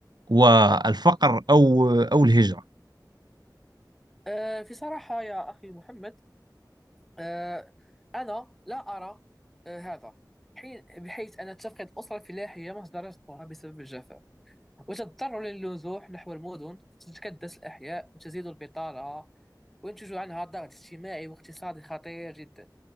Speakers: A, on the right; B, in the centre.
A: والفقر أو أو الهجرة
B: آه، في صراحة يا أخي محمد آه، أنا لا أرى آه، هذا حين بحيث أن تفقد الأسرة الفلاحية مصدر رزقها بسبب الجفاف وتضطر للنزوح نحو المدن تتكدس الأحياء وتزيد البطالة وينتج عنها ضغط اجتماعي واقتصادي خطير جدا